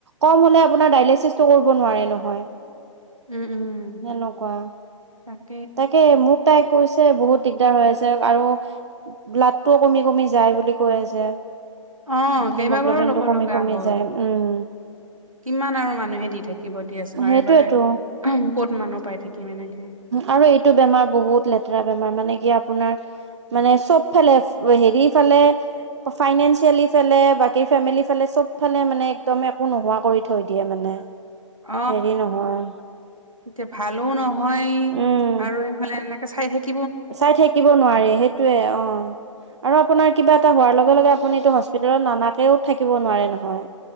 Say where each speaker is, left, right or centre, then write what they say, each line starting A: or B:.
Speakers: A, on the right (about 60°); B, on the right (about 85°).
A: কম হলে আপোনাৰ দাইলাইচিছটো কৰিব নোৱাৰে নহয়
B: উম উম
A: সেনেকুৱা
B: তাক
A: তাকে মোক তাই কৈছে বহুত দিগদাৰ হৈ আছে আৰু ব্লাড ত', কমি কমি যায় বুলি কৈ আছে।
B: অ, কেইবাবাৰো
A: হিমগ্ল'বিনটো
B: ল'ব
A: কমি
B: লগা
A: কমি
B: হ'ল।
A: যায় উম
B: কিমান আৰু মানুহে দি থাকিব দিয়াচোন, বাৰে
A: সেইটোয়েতো
B: বাৰে। <unintelligible> ক'ত মানুহ পাই থাকিম এনেকে?
A: আৰু এইটো বেমাৰ বহুত লেতেৰা বেমাৰ, মানে কি আপোনাৰ মানে চবফালে, হেৰি ফালে অ, ফাইনেনচিয়েলি ফেলে, বাকী ফেমিলি ফালে চব ফালে মানে একদম্ একো নোহোৱা কৰি থৈ দিয়ে মানে।
B: অ,
A: হেৰি নহয়
B: এতিয়া ভালো নহয়,
A: উম
B: আৰু এইফালে এনেকে চাই থাকি
A: চাই থাকিব নোৱাৰি সেইটোৱে অ, আৰু আপোনাৰ কিবা এটা হোৱাৰ লগ্ লগে লগে আপোনিটো হস্পিতালত ননাকেও থাকিব নোৱাৰে নহয়।